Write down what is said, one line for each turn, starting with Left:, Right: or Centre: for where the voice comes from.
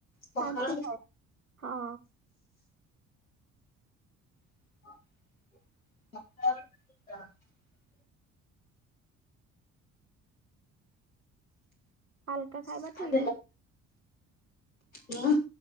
Left: ପଖାଳ
Right: ହେମତି ଖାଏ, ହଁ।
Left: <inaudible>
Right: ହାଲକା ଖାଇବା
Left: ଆଉ
Right: ଠିକ୍ ଅ
Left: ମୁଁ